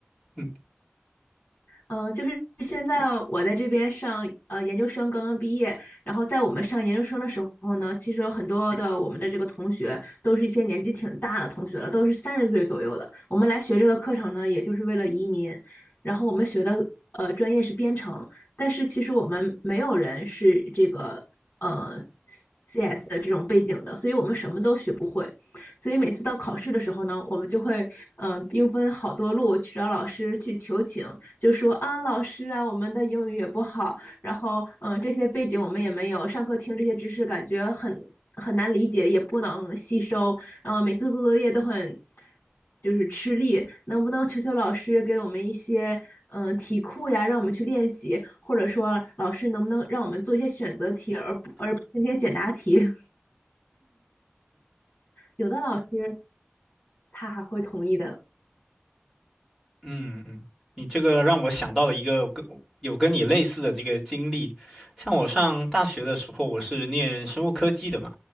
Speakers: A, in the centre; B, on the left (about 45°).
A: 嗯，
B: 嗯，就是现在我在这边上呃研究生，刚刚毕业。然后在我们上研究生的时候呢，其实有很多的我们的这个同学都是一些年纪挺大的同学了，都是三十岁左右的。我们来学这个课程呢，也就是为了移民。然后我们学的呃专业是编程，但是其实我们没有人是这个呃 CS 的这种背景的，所以我们什么都学不会。所以每次到考试的时候呢，我们就会嗯，兵分好多路去找老师去求情，就说啊老师啊，我们的英语也不好，然后嗯、呃这些背景我们也没有，上课听这些知识感觉很很难理解，也不能吸收，然后每次做作业都很就是吃力，能不能求求老师给我们一些嗯、呃题库呀，让我们去练习，或者说老师能不能让我们做一些选择题，而不而不是那些简答题？<laughs> 有的老师他还会同意的。
A: 嗯嗯，你这个让我想到了一个跟有跟你类似的这个经历，像我上大学的时候，我是念生物科技的嘛，